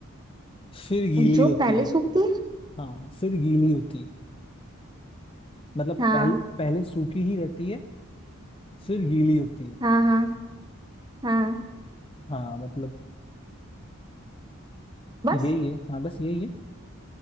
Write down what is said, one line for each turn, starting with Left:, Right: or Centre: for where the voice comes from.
Left: फिर गीली
Right: जो
Left: होती
Right: पहले
Left: है
Right: सूखती है
Left: हाँ फिर गीली होती है मतलब
Right: हाँ
Left: पहले पहले सूखी ही रहती है फिर गीली होती है
Right: हाँ हाँ हाँ
Left: हाँ मतलब
Right: बस
Left: यही है हाँ बस यही है